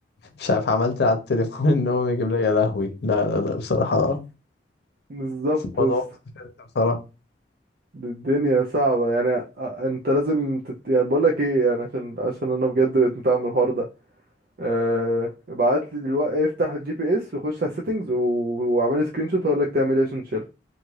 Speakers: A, on the left (about 65°); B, on the right (about 55°).
A: مش عارف عملت على التليفون ان هو يجيب لك يا لهوي لا لا لا بصراحة
B: بالظبط
A: الموضوع
B: يا اسطى
A: مستفز بصراحة
B: دي الدنيا صعبة يعني آه، انت لازم تت... يعني بقول لك ايه يعني عشان عشان انا بجد بقيت متعب من الحوار ده أه... ابعت لي دلوقتي افتح الجي بي اس وخش على السيتنج و... واعمل سكرين شوت هقول لك تعمل ايه عشان تشيلها